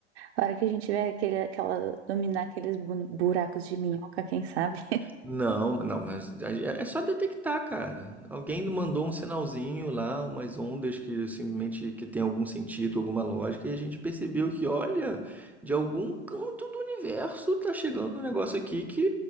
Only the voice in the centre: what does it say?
Não, não, mas é é só detectar, cara. Alguém mandou um sinalzinho lá, umas ondas que simplesmente que tem algum sentido, alguma lógica, e a gente percebeu que, olha, de algum canto do universo tá chegando um negócio aqui que